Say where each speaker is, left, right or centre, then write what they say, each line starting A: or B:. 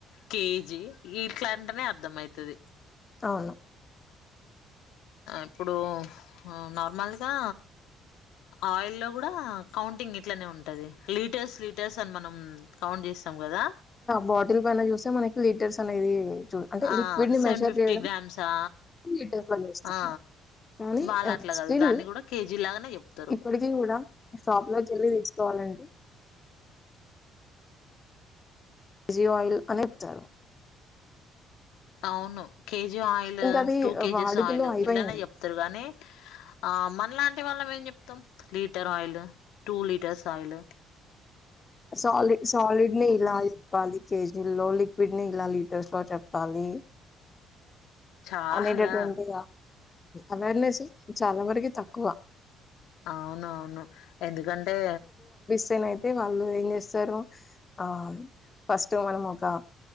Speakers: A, on the left; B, on the left.
A: కేజీ ఇట్లాంటనే అర్ధం అవుతుది
B: అవును
A: ఇప్పుడు నార్మల్గా ఆయిల్లో కూడా కౌంటింగ్ ఇట్లనే ఉంటుంది లీటర్స్ లీటర్స్ అని మనం కౌంట్ చేస్తాం కదా
B: బాటిల్ పైన చూస్తే మనకి లీటర్స్ తన ఇది అంటే
A: ఆ
B: లిక్విడ్ ని
A: సెవెన్
B: మెషర్
A: ఫిఫ్టీ
B: చేయడం
A: గ్రామ్సా
B: లీటర్లో చేస్తాము
A: ఆ
B: కానీ
A: వాళ్ళ అట్లా
B: స్టిల్
A: కాదు దాన్ని కూడా కేజీ లాగానే చెప్తారు
B: ఇప్పటికి గూడా షాప్ లో చెల్లి తీ పోలండి జీ ఆయిల్ అనేప్తారు
A: అవును కేజీ ఆయిల్
B: ఇంకా అది
A: టూ కేజీస్
B: వాడుకలో
A: ఆయిల్
B: అయిపోయింది
A: ఇట్ల నే చెప్తారు గానీ ఆ మన లాంటి వాళ్ళం ఏం చెప్తాం litre oil two litres oil
B: సాలి సాలిడ్ ని ఇలా చెప్పాలి కేజీ లో లిక్విడ్ ని ఇలా లీటర్స్ లో చెప్ ప్పాలి
A: చాలా
B: అనేటటువంటి అవేర్నెస్ చాలా వరకు తక్కువ
A: అవున అవును ఎందుకంటే
B: తేనె అయితే వాళ్ళు ఏం జేస్తారు ఆ ఫస్ట్ మనం ఒక